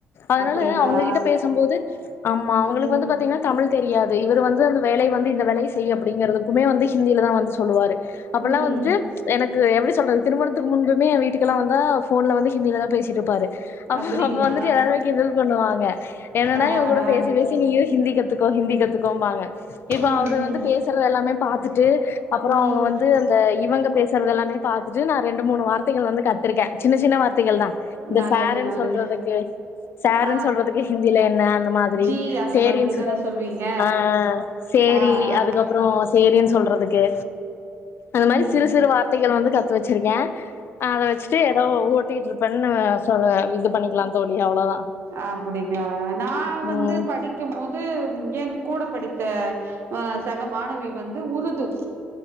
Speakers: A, on the left; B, on the right.
A: அதனால
B: அப்டிங்களா
A: அவுங்க கிட்ட பேசும்போது ஆமா அவுங்களுக்கு
B: ம்
A: வந்து பாத்தீங்கனா தமிழ் தெரியாது இவர் வந்து அந்த வேலய வந்து இந்த வேலய செய் அப்டிங்கிறதுக்குமே வந்து ஹிந்தியில தா வந்து சொல்லுவாரு அப்பல்லா
B: ம்
A: வந்துட்டு எனக்கு எப்டி சொல்றது திருமணத்துக்கு முன்புமே எ வீட்டுக்கெல்லா வந்து ஆ போன்ல வந்து ஹிந்தியில தா வந்து பேசிட்டு இருப்பாரு அப்ப
B: அப்டிங்களா
A: அப்ப வந்துட்டு எல்லாருமே கிண்டல் பண்ணுவாங்க என்னன்னா
B: ஆ
A: இவுங்க கூட பேசி
B: ஆ
A: பேசி நீயு ஹிந்தி கத்து ஹிந்தி கத்துக்கோம்பாங்க இப்ப
B: ம்
A: அவர் வந்து
B: ம்
A: பேசுறது எல்லாமே பாத்துட்டு அப்றோ
B: ம்
A: அவுங்க வந்து அந்த இவுங்க பேச பேசுரது எல்லாமே பாத்துட்டு நா ரெண்டு மூனு வார்த்தைகள் வந்து கத்துருக்கே சின்ன சின்ன வார்த்தைகள் தா இந்த
B: நல்லது
A: சாருன்னு
B: நல்லது
A: சொல்றதுக்கு சாருன்னு
B: ஆ
A: சொல்றதுக்கு ஹிந்தியில என்ன அந்த மாதிரி
B: ஜி அந்த
A: சேரின்னு
B: மாதிரி
A: சொல்ற
B: தான சொல்வீங்க
A: ஆ சேரி
B: ஆ ஆ
A: அதுக்கப்றோ சேரின்னு சொல்றதுக்கு அந்த மாதிரி
B: ம்
A: சிறு சிறு வார்த்தைகள் வந்து கத்து வச் வச்சிருக்கே அத வச்சிட்டு ஏதோ ஓட்டிட்டு இருப்பேன்னு சொல்ல இது பண்ணிக்கலா தோழி அவ்ளோ அவ்ளதா
B: அப்டிங்ளா நா
A: ம்
B: வந்து படிக்கும் போது என் கூட படித்த ஆ சக மாணவி வந்து உருது